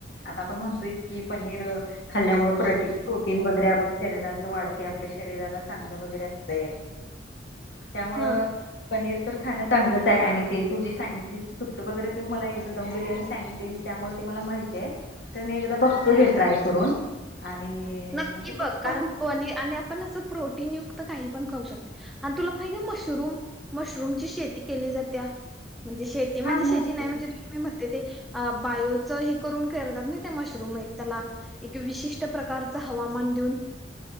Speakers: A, on the left; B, in the centre.
A: आता आपण म्हणतोयच की पनीर अं खाल्ल्यामुळं प्रटी प्रोटीन वगैरे आपल शरीरातलं वाढतंय आपल्या शरीराला चांगलं वगैरे असतय. त्यामुळं
B: हा
A: पनीर तर खाणं चांगलंच हाय आणि ते तू जी सांगितलीस सुट्ट वगैरे तू मला एकदा दम बिर्याणी सांगितलेलीस त्यामुळं ते मला माहितीय ते मी एकदा बघतो घे ट्राय करून. आणि
B: नक्की
A: म्हणजे
B: बघ कारण
A: सांग
B: पनी आणि आपण अस प्रोटीन युक त काही पण खऊ शकतंय आणि तुला माहित्याय मशरूम मशरूमची शेती केली जात्या म्हणजे शेती म्हणजे
A: हा
B: शेती
A: मशरूम
B: नाही म्हणजे <unintelligible> म्हणते ते अ बायोचं हे करून करत्यात महित्याय मशरूम हे त्याला एक विशिष्ट प्रकार च हवामान द्वून